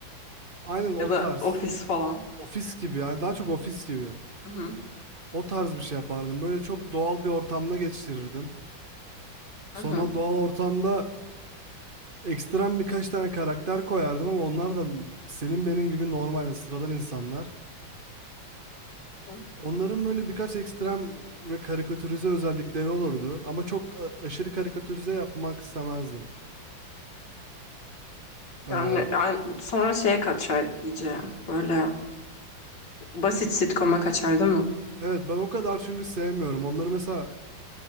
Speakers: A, on the right; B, on the left.
A: Aynen o
B: Ya da
A: tarz.
B: ofis falan.
A: Ofis gibi yani daha çok ofis gibi.
B: Hı hı.
A: O tarz bir şey yapardım. Böyle çok doğal bir ortamda geçirirdim. Sonra
B: Hı hı.
A: o doğal ortamda ekstrem birkaç tane karakter koyardım ama onlar da senin benim gibi normal yani sıradan insanlar.
B: hı.
A: Onların böyle birkaç ekstrem ve karikatürize özellikleri olurdu ama çok a- aşırı karikatürize yapmak istemezdim. Ee,
B: Yani, yani sonra şeye kaçar iyice. Böyle basit sitcom'a kaçar değil mi?
A: evet ben o kadar çünkü sevmiyorum. Onları mesela